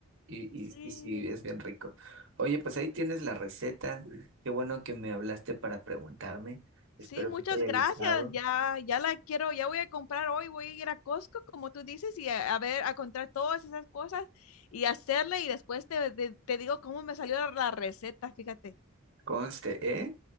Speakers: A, on the right; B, on the left.
A: y,
B: Sí.
A: y, y sí, es bien rico. Oye, pues ahí tienes la receta. Qué bueno que me hablaste para preguntarme.
B: Sí,
A: Espero
B: muchas
A: que te haya
B: gracias.
A: gustado.
B: Ya, ya la quiero, ya voy a comprar hoy, voy a ir a Costco, como tú dices, y a, a ver, a comprar todas esas cosas y hacerle y después te, te- te digo cómo me salió la la receta, fíjate.
A: Conste, ¿eh?